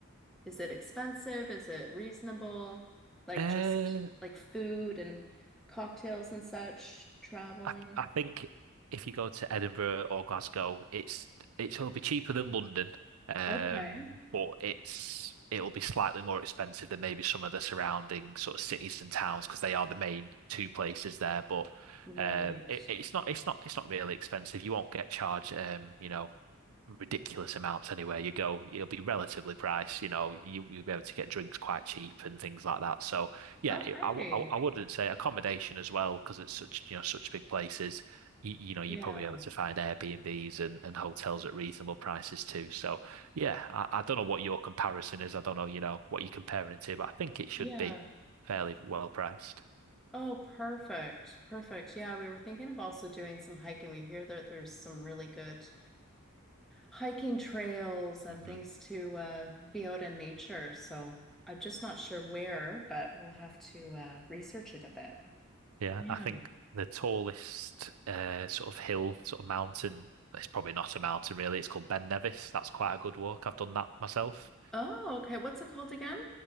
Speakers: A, in the centre; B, on the right.
A: Is it expensive? Is it reasonable? Like
B: Uh,
A: just like food and cocktails and such, traveling.
B: I I think if you go to Edinburgh or Glasgow, it's it's it'll be cheaper than London, um,
A: Okay.
B: but it's it'll be slightly more expensive than maybe some of the surrounding sort of cities and towns because they are the main two places there. But
A: Right.
B: um, it, it's not it's not it's not really expensive. You won't get charged, um, you know ridiculous amounts anywhere you go. It'll be relatively priced, you know, you, you'll be able to get drinks quite cheap and things like that. So yeah,
A: Okay.
B: I I I, w- I wouldn't say accommodation as well because it's such, you know, such big places. You, you know, you're
A: Yeah.
B: probably able to find Airbnbs and, and hotels at reasonable prices too. So yeah, I, I don't know what your comparison is. I don't know, you know, what you're comparing it to, but I think it should
A: Yeah.
B: be fairly well priced.
A: Oh, perfect. Perfect. Yeah, we were thinking of also doing some hiking. We hear that there's some really good hiking trails and
B: hmm
A: things to uh, be out in nature. So I'm just not sure where, but we'll have to uh, research it a bit.
B: Yeah,
A: Yeah.
B: I think the tallest uh, sort of hill, sort of mountain, it's probably not a mountain really, it's called Ben Nevis. That's quite a good walk. I've done that myself.
A: Oh, okay. What's it called again?